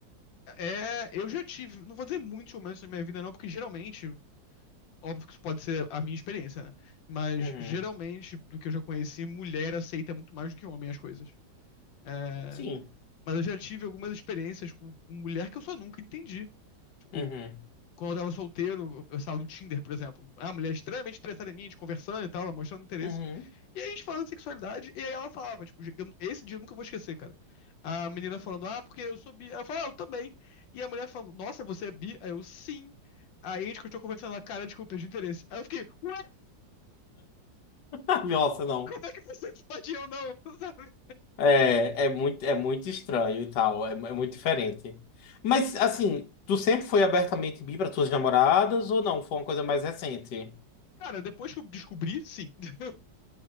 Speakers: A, on the left; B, on the left.
A: É, eu já tive, não vou dizer muitos momentos na minha vida, não, porque geralmente, óbvio que isso pode ser a minha experiência, né? Mas
B: Uhum.
A: geralmente, do que eu já conheci, mulher aceita muito mais do que homem as coisas. É,
B: Sim.
A: mas eu já tive algumas experiências com com mulher que eu só nunca entendi. Tipo,
B: Uhum.
A: quando eu tava solteiro, eu eu estava no Tinder, por exemplo. Ah, mulher extremamente interessada em mim, a gente conversando e tal, ela mostrando interesse.
B: Uhum.
A: E aí a gente falando de sexualidade, e aí ela falava, tipo, eu- esse dia eu nunca vou esquecer, cara. A menina falando, ah, porque eu sou bi. Ela falou, ah, eu também. E a mulher falando, nossa, você é bi? Aí eu, sim. Aí a gente continuou conversando, ela, cara, desculpa, perdi o interesse. Aí eu fiquei, ué,
B: <laughs> nossa, não.
A: como é que você <laughs> pode e eu não? <laughs> Sabe?
B: É, é muito, é muito estranho e tal, é, mu- é muito diferente. Mas, assim, tu sempre foi abertamente bi para tuas namoradas ou não? Foi uma coisa mais recente?
A: Cara, depois que eu descobri, sim. <laughs>